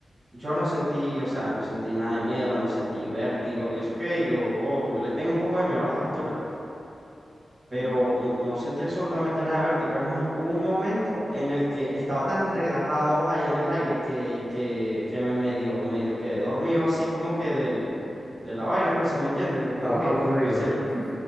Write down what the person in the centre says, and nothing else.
¿Estabas
aburrido?
<laughs>